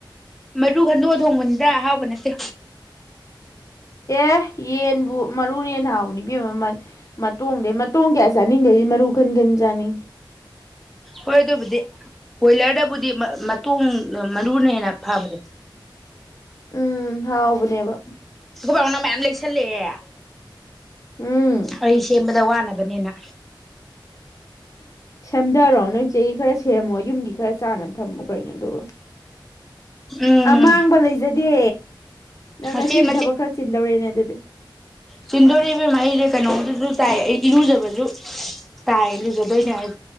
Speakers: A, in the centre; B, on the left.
A: ꯃꯔꯨ ꯈꯟꯗꯣꯛꯑ ꯊꯣꯡꯕꯅꯤꯗ ꯑꯍꯥꯎꯕ ꯅꯠꯇꯦ
B: ꯑꯦ ꯌꯦꯟꯕꯨ ꯃꯔꯨꯅꯟ ꯍꯥꯎꯕꯅꯤ ꯄ ꯃꯇꯣꯡꯗꯩ ꯃꯇꯣꯡ ꯀꯌꯥ ꯆꯥꯅꯤꯡꯗꯗꯤ ꯃꯔꯨ ꯈꯟ ꯈꯟ ꯆꯥꯅꯤꯡꯉꯤ
A: ꯍꯣꯏ ꯑꯗꯨꯕꯨꯗꯤ ꯕꯣꯏꯂꯔꯗꯕꯨꯗꯤ ꯃꯇꯣꯡ ꯃꯔꯨꯅ ꯍꯦꯟꯅ ꯐꯕꯅꯦ
B: ꯎꯝ ꯍꯥꯎꯕꯅꯦꯕ
A: ꯄꯥꯎꯅ ꯃꯌꯥꯝ ꯂꯩꯁꯜꯂꯛꯑꯦ
B: ꯎꯝ
A: ꯑꯩꯁ ꯋꯥ ꯅꯕꯅꯤꯅ
B: ꯁꯝꯗꯔꯣꯅꯣꯏ ꯆꯩ ꯈꯔ ꯁꯦꯝꯃꯣ ꯌꯨꯝꯒꯤ ꯈꯔ ꯆꯥꯅꯕ ꯊꯝꯃꯣ ꯀꯩꯅꯣ ꯑꯗꯨꯒ
A: ꯎꯝ
B: ꯑꯃꯥꯡꯕ ꯂꯩꯖꯩ ꯗꯦ ꯅꯪ
A: ꯃꯆꯦꯠ
B: ꯉꯁꯤꯗꯤ ꯊꯕꯛ ꯈꯔ ꯆꯤꯟꯗꯧꯔꯦꯅꯦ ꯑꯗꯨꯗꯤ
A: ꯆꯤꯟꯗꯣꯔꯛꯕꯦꯝꯃ ꯑꯩꯁꯦ ꯀꯩꯅꯣꯝꯗꯨꯁꯨ ꯇꯥꯏ ꯑꯩ ꯏꯔꯨꯖꯕꯁꯨ ꯇꯥꯏ ꯏꯔꯨꯖꯗꯣꯏꯅꯦ ꯑꯩ